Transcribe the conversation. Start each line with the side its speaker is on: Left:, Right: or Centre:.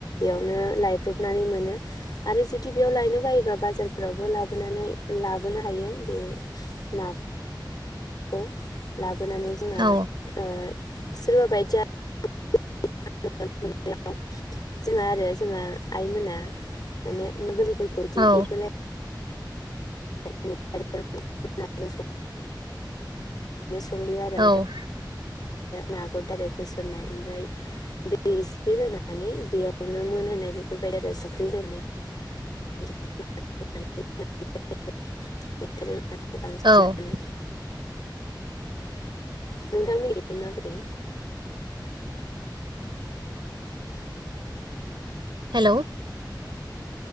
Left: नो लायब्रबनानै मोनो आरो जुदि बेयाव लायनो बायोबा बाजारफ्रावबो लाबोनानै लाबोनो हायो बे ना खौ ला बोनानै जोंहा
Right: औ
Left: ओ सोरबा बायदिया <unintelligible> जोंहा आरो जोंहा आइमोना माने <unintelligible>
Right: औ
Left: <unintelligible> मैथाजों नाजों <unintelligible> ओमफाय आरो
Right: औ
Left: नाखौ दाइरेख होसननाय ओमफ्राय दै एसे होनानै बेयावनो मोनहोनाय बेफोरबायदि आरो सुख्रि होनानै <unintelligible> <unintelligible> खौ बांसिनानो
Right: औ
Left: नोंथां मोननिखै माबोरै?
Right: हेलौ।